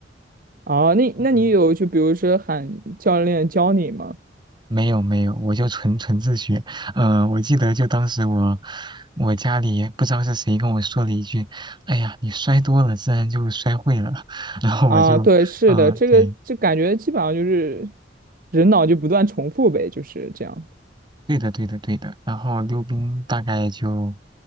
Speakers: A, on the right (about 50°); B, on the right (about 25°).
A: 啊，那那你有就比如说喊教练教你吗？
B: 嗯，没有没有，我就纯纯自学。呃，我记得就当时我我家里不知道是谁跟我说了一句：“哎呀，你摔多了，自然就摔会了。”然后我就，
A: 啊，对，是的，
B: 嗯、
A: 这个就感觉基本上就是
B: 对，
A: 人脑就不断重复呗，就是这样。
B: 对的，对的，对的。然后溜冰大概就，